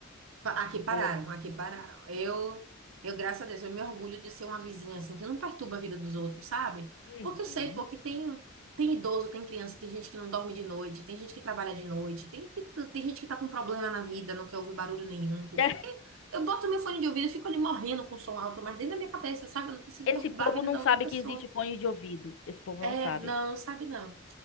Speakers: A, on the right (about 80°); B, on the left (about 65°).
A: Pa- aqui pararam,
B: Ou não?
A: aqui pararam. Eu, eu, graças a Deus, eu me orgulho de ser uma vizinha assim que não perturba a vida dos outros, sabe?
B: Uhum.
A: Porque eu sei, porque tem tem idoso, tem criança, tem gente que não dorme de noite, tem gente que trabalha de noite, tem tem, tem gente que tá com problema na vida, não quer ouvir barulho nenhum. Pô,
B: <laughs>
A: pra quê? Eu boto meu fone de ouvido e fico ali morrendo com som alto, mas dentro da minha cabeça, sabe? Eu não preciso
B: Esse
A: perturbar
B: povo
A: a vida
B: não
A: da
B: sabe
A: outra pessoa.
B: que existe fone de ouvido. Esse povo
A: É,
B: não sabe.
A: não, não sabe não.